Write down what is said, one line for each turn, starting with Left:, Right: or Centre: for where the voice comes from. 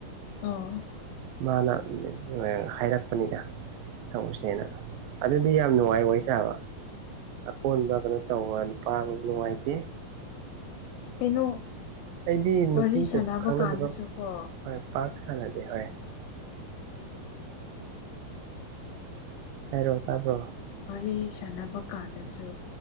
Left: ꯑꯣꯑꯣ
Right: ꯃꯥꯅ ꯑꯗꯨꯝ ꯉꯥꯏꯔꯣꯅ ꯍꯥꯏꯔꯛꯄꯅꯤꯗ ꯇꯧꯁꯦꯅ ꯑꯥ ꯗꯨꯗꯤ ꯌꯥꯝ ꯅꯨꯡꯉꯥꯏ ꯋꯥꯔꯤ ꯁꯥꯕ ꯑꯀꯣꯟꯕ ꯀꯩꯅꯣ ꯇꯧꯕ ꯅꯨꯄꯥꯕꯨꯖꯨ ꯅꯨꯡꯉꯥꯏꯇꯦ
Left: ꯀꯩꯅꯣ
Right: ꯑꯩꯗꯤ ꯅꯨꯄꯤꯒꯁꯨ
Left: ꯋꯥꯔꯤ ꯁꯥꯟꯅꯕ
Right: ꯈꯪꯅꯗꯕ
Left: ꯀꯥꯟꯗꯁꯨ ꯀꯣ
Right: ꯍꯣꯏ ꯄꯥꯛ ꯁꯥꯟꯅꯗꯦ ꯍꯣꯏ ꯍꯥꯏꯔꯣ ꯇꯥꯕ꯭ꯔꯣ
Left: ꯋꯥꯔꯤ ꯁꯥꯟꯅꯕ ꯀꯥꯟꯗꯁꯨ